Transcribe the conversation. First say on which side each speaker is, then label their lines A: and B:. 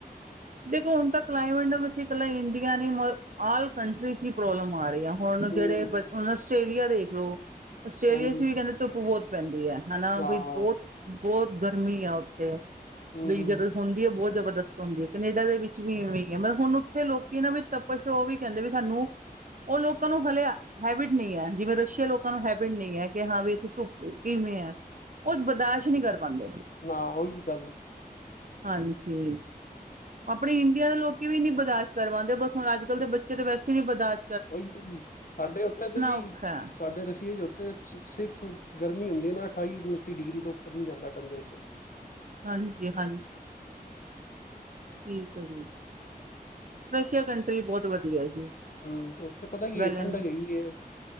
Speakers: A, on the right (about 55°); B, on the left (about 60°).
A: ਦੇਖੋ ਹੁਣ ਤਾਂ ਕਲਾਈਮੇਟ ਨ ਬਚ ਕਲਾ ਇੰਡੀਆ ਨੀ ਮਅ ਆਲ ਕੰਟਰੀ ਚ ਪ੍ਰੋਬਲਮ ਆ ਰੀ ਆ। ਹੁਣ
B: ਹੂੰ,
A: ਜੇੜੇ ਬੱਚ ਹੁਣ ਆਸਟ੍ਰੇਲੀਆ ਦੇਖ ਲੋ‌। ਆਸਟ੍ਰੇਲੀਆ
B: ਹਾਂਜੀ
A: ਚ ਵੀ ਕੈੰਦੇ ਧੁੱਪ ਬੌਤ ਪੈਂਦੀ ਐ, ਹੈਨਾ
B: ਹਾਂ
A: ਬਈ ਬੌਤ ਬੌਤ ਗਰਮੀ ਆ ਉਤੇ।
B: ਹੂੰ,
A: ਬਈ
B: ਹੂੰ
A: ਜਿਵੇ ਹੁੰਦੀ ਐ ਬੌਤ ਜਬ ਰਦਸਤ ਹੁੰਦੀ ਐ। ਕਨੇਡਾ ਦੇ ਵਿੱਚ ਵੀ ਈਵੇਂ ਈਆ, ਮਤਬ ਹੁਣ ਉੱਥੇ ਲੋਕੀ ਨਾ ਵੀ ਤਪਸ਼ ਔ ਵੀ ਕੈੰਦੇ ਵੀ ਸਾਨੂੰ ਔ ਲੋਕਾਂ ਨੂੰ ਹਲੇ ਹੈਬਿਟ ਨਹੀਂ ਹੈ, ਜਿਵੇਂ ਰਸ਼ੀਆ ਲੋਕਾਂ ਨੂੰ ਹੈਬ ਬਿਨ ਨੀ ਐ, ਕਿ ਹਾਂ ਵਈ ਐਥੇ ਧੁੱਪ ਕਿਵੇਂ ਐ। ਔ ਬਰਦਾਸ਼ ਨੀ ਕਰ ਪਾਂਦੇ।
B: ਨਾ ਔਈ ਗੱਲ
A: ਹਾਂਜੀ। ਆਪਣੇ ਇੰਡੀਆ ਦੇ ਲੋਕੀ ਵੀਨੀ ਬਰਦਾਸ਼ ਕਰਵਾਦੇ ਬਸ ਹੁਣ ਅੱਜ-ਕੱਲ ਦੇ ਬੱਚੇ ਤਾਂ ਵੈਸ ਵੀ ਨੀ ਬਰਦਾਸ਼
B: ਔਹੀ ਤੇ ਜੀ ਸਾਡੇ ਔਥੇ ਤੇ ਜੀ
A: ਔਖਾ ਹੈ
B: ਸਾਡੇ ਰਸੀਏ ਚ ਔਥੇ ਸ ਸਿਰਫ ਗਰਮੀ ਹੁੰਦੀ ਨਾ ਅਠਾਈ ਉਨੱਤੀ ਡਿਗਰੀ ਤੋਂ ਉੱਪਰ ਨੀ ਜਾਂਦਾ ਟੈਂਪਰੇਚਰ।
A: ਹਾਂਜੀ-ਹਾਂਜੀ। ਠੀਕ ਹੈ ਜੀ, ਰਸ਼ੀਆ ਕੰਟ ਪੇ ਬਹੁਤ ਵਧੀਆ। ਜੀ
B: ਹੂੰ, ਔਥੇ ਪਤਾ ਕੀ
A: ਵੈਲਨ
B: ਏ ਠੰਢਕ ਹੈਗੀ ਏ,